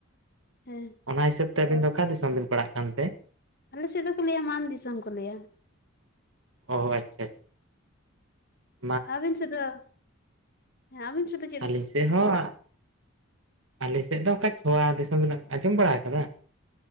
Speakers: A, on the left; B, on the right.
A: ᱦᱮᱸ
B: ᱚᱱᱟ ᱦᱤᱥᱟᱹᱵ ᱛᱮ ᱟᱹᱵᱤᱱ ᱫᱚ ᱚᱠᱟ ᱫᱤᱥᱚᱢ ᱵᱤᱱ ᱯᱟᱲᱟᱜ ᱦᱟᱜ ᱠᱟᱱ ᱛᱮ?
A: ᱟᱞᱮ ᱥᱮᱫ ᱫᱚᱠᱚ ᱞᱟᱹᱭᱟ ᱢᱟᱱ ᱫᱤᱥᱚᱢ ᱠᱚ ᱞᱟᱹᱭᱟ ᱾
B: ᱚ ᱟᱪᱪᱷᱟ ᱾
A: ᱟᱵᱤᱱ ᱥᱮᱫ ᱫᱚ, ᱟᱵᱤᱱ ᱥᱮᱫ ᱫᱚᱼᱼ
B: ᱟᱹᱞᱤᱧ ᱥᱮᱫ ᱦᱚᱸᱼᱼ ᱟᱹᱞᱤᱧ ᱥᱮᱫ ᱫᱚ ᱚᱱᱠᱟ ᱪᱷᱳᱣᱟ ᱫᱤᱥᱚᱢ ᱵᱤᱱ ᱟᱸᱡᱚᱢ ᱵᱟᱲᱟ ᱟᱠᱟᱫᱟ?